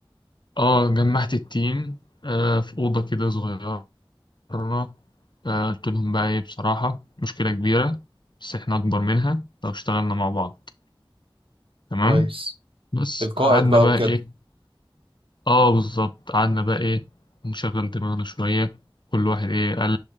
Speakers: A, on the left; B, on the right.
A: آه جمعت التيم آه في أوضة كده صغيرة مرة آه، قلت لهم بقى إيه بصراحة مشكلة كبيرة بس إحنا أكبر منها لو اشتغلنا مع بعض تمام
B: كويس
A: بس
B: القائد
A: قعدنا
B: بقى
A: بقى
B: وكده
A: إيه آه بالظبط قعدنا بقى إيه نشغل دماغنا شوية كل واحد إيه قال